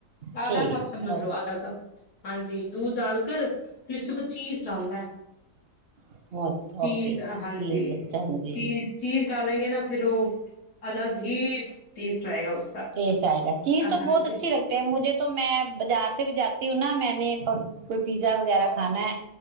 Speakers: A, on the right; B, on the left.
A: ٹھیک
B: آدھا کپ سمجھ لو آدھا کپ ہاں جی دودھ ڈال کر پھر اس کے پ <unintelligible> چیز ڈالنا
A: اوکے
B: چیز
A: اوکے
B: ہاں
A: چیز
B: جی
A: اچھا جی
B: چیز چیز ڈالیں گے نا پھر وہ <unintelligible> الگ ہی <unintelligible> یس <unintelligible> جائے گا <unintelligible>
A: ٹیسٹ آئے گا چیز
B: ہاں
A: تو بہت
B: جی
A: اچھی لگتی ہے مجھے تو میں بازار سے بھی جاتا ہوں نا میں نے کوئی پیزا وغیرہ کھانا ہے